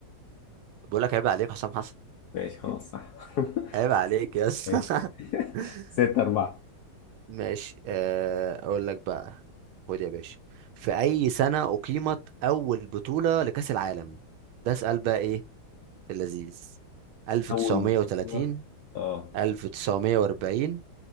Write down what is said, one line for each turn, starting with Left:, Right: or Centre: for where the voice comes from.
Right: بقول لك عيب عليك حسام حسن
Left: ماشي خلاص صح <laughs>
Right: عيب عليك يا اسطى
Left: ماشي
Right: <laughs>
Left: ستة أربعة
Right: ماشي آه، اقول لك بقى خد يا باشا في اي سنة اقيمت اول بطولة لكأس العالم ده اسأل بقى ايه في اللذيذ 1930
Left: أول بطولة اه
Right: 1940